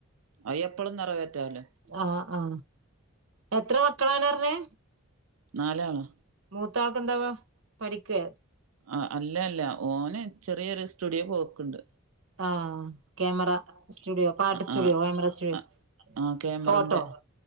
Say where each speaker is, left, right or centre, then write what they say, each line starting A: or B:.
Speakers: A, on the right; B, on the right.
A: അത് എപ്പഴും നിറവേറ്റാ ലോ?
B: ആ ആ എത്ര മക്കളാണ റഞ്ഞ്?
A: നാല് ആള്.
B: മൂത്താൾക്ക് എന്താവാ പഠിക്ക?
A: ആ അല്ല അല്ല ഓന് ചെറിയൊരു സ്റ്റുഡിയോ പോക്ക്ണ്ട്.
B: ആ ക്യാമറാ സ്റ്റുഡിയോ പാട്ട് സ്റ്റുഡിയോ
A: ആ
B: <unintelligible> സ്റ്റുഡിയോ.
A: ആ ആ ക്യാമറെന്റെ
B: ഫോട്ടോ